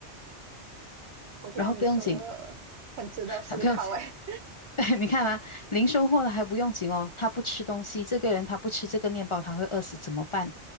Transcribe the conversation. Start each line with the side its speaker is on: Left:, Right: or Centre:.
Right: 我觉得你说的很值得思考，
Left: 然后不用紧，<laughs> 不用紧，
Right: 哎，
Left: <laughs> 你看啊，零收获了还不用紧哦，他不吃东西，这个人他不吃这个面包，他会饿死怎么办？